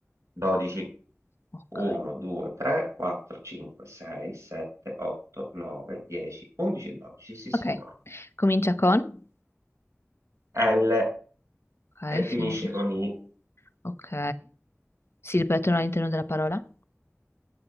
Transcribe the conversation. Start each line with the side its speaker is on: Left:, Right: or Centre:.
Right: 12.
Left: Ok.
Right: 1, 2, 3, 4, 5, 6, 7, 8, 9, 10, 11 e 12. Sì, signore.
Left: Ok, comincia con...
Right: L
Left: Ok,
Right: e finisce
Left: finisce.
Right: con I.
Left: Ok. Si ripetono all'interno della parola?